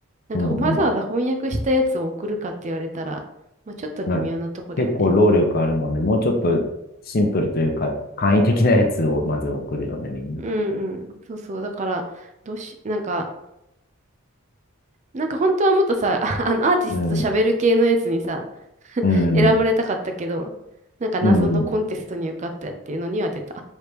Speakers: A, on the right; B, on the left.
A: なんかほわざわざ翻訳したやつを送るかって言われたら、
B: ん、うん。
A: まあちょっと微妙なとこだよね。
B: まあ、結構労力あるもんね。もうちょっとシンプルというか、簡易的なやつをまず送るよね、みんな。
A: うんうん。そうそう。だから、どうし、なんか、なんか本当はもっとさ、<laughs> あの、アーティストと喋る系のやつにさ、
B: うん、うん、
A: 選ばれたかったけど、なんか謎のコンテストに受かったっていうのには出た。
B: うん。